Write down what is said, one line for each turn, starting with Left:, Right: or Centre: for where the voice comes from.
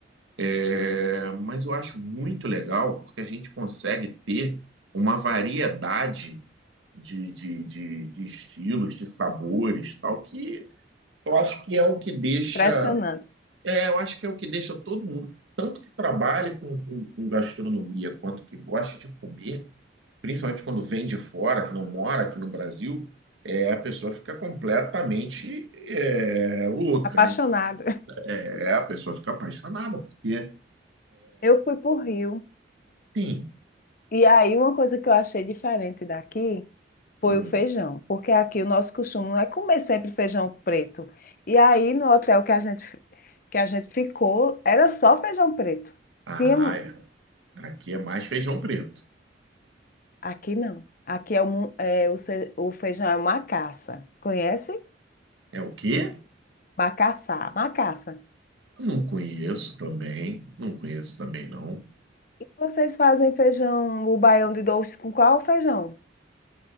Right: É, mas eu acho muito legal porque a gente consegue ter uma variedade de, de, de, de estilos, de sabores, tal, que eu acho que é o que deixa
Left: Impressionante.
Right: é, eu acho que é o que deixa todo mundo, tanto que trabalha com, com- com gastronomia, quanto que gosta de comer, principalmente quando vem de fora, que não mora aqui no Brasil, é, a pessoa fica completamente é, louca,
Left: Apaixonada.
Right: né? É, a pessoa fica apaixonada, porque,
Left: <laughs> Eu fui para o Rio
Right: sim,
Left: e aí uma coisa que eu achei diferente daqui Foi
Right: hum,
Left: o feijão, porque aqui o nosso costume não é comer sempre feijão preto. E aí no hotel que a gente fi- que a gente ficou, era só feijão preto.
Right: ah,
Left: Tinha
Right: é, aqui é mais feijão preto.
Left: aqui não. Aqui é o, mu- é, o, ce- o feijão é macaça. Conhece?
Right: É o quê?
Left: Macaçá, macaça.
Right: Não conheço também, não conheço também não.
Left: vocês fazem feijão, o baião de doce com qual feijão?